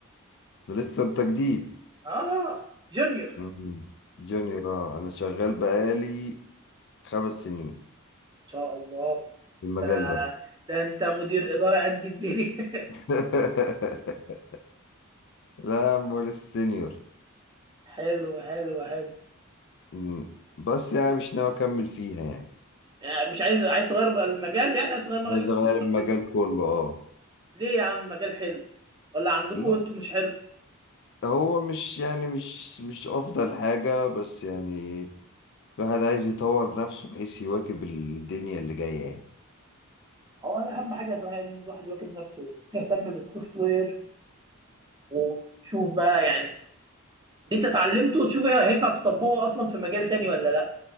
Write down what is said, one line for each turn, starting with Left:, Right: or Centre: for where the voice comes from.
Left: ده لسه انت جديد
Right: اه جونيور ان
Left: مم. جونيور آه، انا شغال بقالي خمس سنين
Right: شاء الله
Left: في المجال
Right: ده,
Left: ده
Right: ده انت مدير اداره قد الدنيا <laughs>
Left: <laughs> لا يا عم ولا السينيور
Right: حلو حلو حلو
Left: مم. بس يعني مش ناوي اكمل فيها يعني
Right: يعني مش عايز عايز تغير بقى المجال يعني عايز تغير مجال
Left: عايز
Right: السوفت
Left: اغير المجال
Right: كله
Left: كله اه
Right: ليه يا عم مجال حلو ولا عندكم
Left: لا
Right: انتوا مش حلو
Left: هو مش يعني مش مش افضل حاجة بس يعني الواحد عايز يطور نفسه بحيث يواكب الدنيا اللي جاية يعني
Right: هو أنا اهم حاجه صحيح ان الواحد يواكب نفسه تهتم بالسوفت وير وتشوف بقى يعني انت اتعلمته وتشوف هي- هينفع تطبقه اصلا في مجال تاني ولا لا